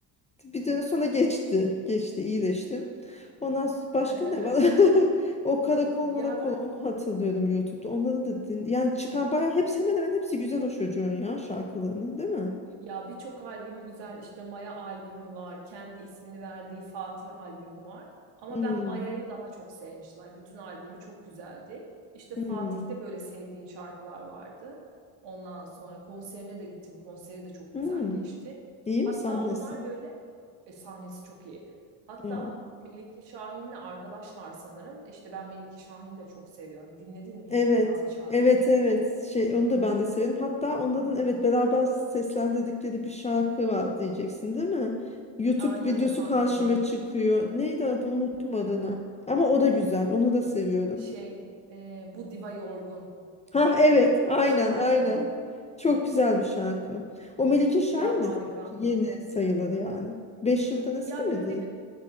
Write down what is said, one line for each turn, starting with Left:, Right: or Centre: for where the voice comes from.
Left: Bir dönem sonra geçti. Geçti, iyileştim. Ondan s- başka
Right: <laughs>
Left: ne var? <laughs> O karakol marakol
Right: Ya ben
Left: onu hatırlıyorum YouTube'da. Onları da din yani çıkan bayağı hepsi hemen hemen hepsi güzel o çocuğun ya şarkılarının değil mi?
Right: ya birçok albümü güzel işte Maya albümü var. Kendi ismini verdiği Fatih albümü var. Ama
Left: Hmm.
Right: ben Maya'yı daha çok sevmiştim. Yani bütün albümü çok güzeldi. İşte
Left: Hmm.
Right: Fatih'te böyle sevdiğim şarkılar vardı. Ondan sonra konserine de gittim. Konseri de çok
Left: Hmm.
Right: güzel geçti.
Left: İyi
Right: Hatta
Left: mi sahnesi?
Right: onlar böyle e, sahnesi çok iyi. Hatta
Left: Ya.
Right: Melike Şahin'le arkadaşlar sanırım. İşte ben Melike Şahin'i de çok seviyorum. Dinledin mi hiç
Left: Evet.
Right: ondan şarkı?
Left: Evet evet. Şey onu da ben de severim. Hatta onların evet beraber seslendirdikleri bir şarkı var diyeceksin değil mi? YouTube
Right: Aynen
Left: videosu
Right: sahnede.
Left: karşıma çıkıyor. Neydi adı? Unuttum adını. Ama o da güzel. Onu da seviyorum.
Right: şey e, bu diva yorgun.
Left: Ha evet. Aynen
Right: O şarkı
Left: aynen. Çok güzel bir şarkı. O Melike Şahin'di
Right: ya harika.
Left: değil mi? Yeni sayılır yani. Beş yıldan eski
Right: Ya
Left: miydi?
Right: böyle bir